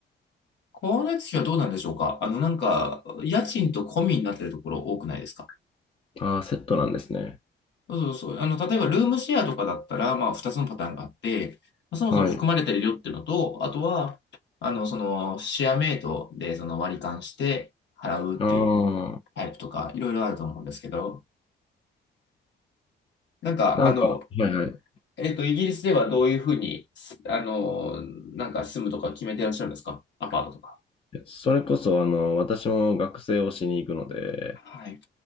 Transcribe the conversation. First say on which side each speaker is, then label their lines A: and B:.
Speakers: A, on the left; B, on the left.
A: 光熱費はどうなんでしょうかあの、なんか、家賃と込みになってるところ多くないですか
B: ああ、セットなんですね。
A: そうそうそう。あの、例えばルームシェアとかだったら、まあ、二つのパターンがあって、まあそもそも含まれてるよっていうのと、
B: はい。
A: あとは、あの、その、シェアメイトで、その割り勘して払うっていう
B: ああ、
A: タイプとか、いろいろあると思うんですけど、なんか、
B: なんか、
A: あの、
B: はいはい。
A: えっと、イギリスではどういうふうに、すあの、なんか住むとか決めてらっしゃるんですかアパートとか。
B: それこそ、あの、私も学生をしに行くので、
A: はい。